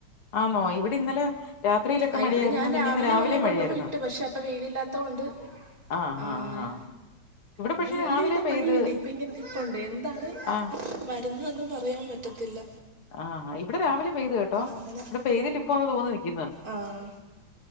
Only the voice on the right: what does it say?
ആ
ഇവിടെ ഞാൻ
രാവിലെ
ഒന്ന് കൊണ്ടുപോയി
ഇട്ട് പക്ഷെ അപ്പൊ വെയിലില്ലാത്തൊണ്ട്
ആഹ്
ഇവിടെ
വെയിലും
ഇല്ല
മഴയും ഇല്ല ഇപ്പൊ ഇങ്ങനെ നിപ്പുണ്ട് എന്താണ്
വരുന്നു ഒന്നും പറയാൻ പറ്റത്തില്ല
അങ്ങനെ
ആഹ്